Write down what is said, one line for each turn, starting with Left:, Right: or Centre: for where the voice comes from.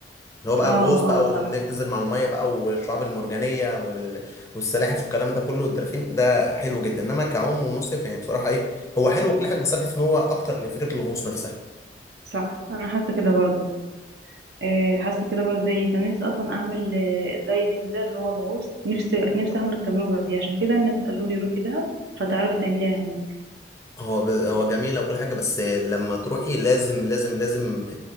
Left: اللي هو بقى
Right: اه
Left: الغوص بقى
Right: اه
Left: وانك
Right: صح
Left: تنزل مع الميه بقى والشعاب المرجانيه وال... والسلاحف والكلام ده كله والدلافين ده حلو جدا انما كعوم ومصيف يعني بصراحه ايه هو حلو وكل حاجه بس انا بحس ان هو اكتر لفكره الغوص نفسها
Right: صح انا حاسة كده برضو آه، حاسة كده برضو زيك كان نفسي اصلا اعمل آه، الدايفنج ده اللي هو الغوص نفسي نفسي اعمل التجربة دي عشان كده الناس قالوا لي روحي دهب فتعرفي تعمليها هناك
Left: هو ب... هو جميل وكل حاجه بس لما تروحي لازم لازم لازم